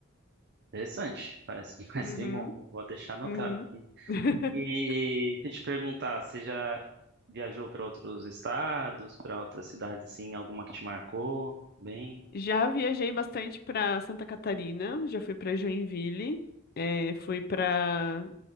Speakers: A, on the right; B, on the left.
A: Interessante. Parece, <laughs> parece
B: Uhum,
A: bem bom. Eu vou deixar anotado
B: uhum.
A: aqui.
B: <laughs>
A: E, e deixa eu te perguntar, você já viajou para outros estados, para outras cidades assim, alguma que te marcou? Bem,
B: Já viajei bastante para Santa Catarina, já fui para Joinville, eh, fui para,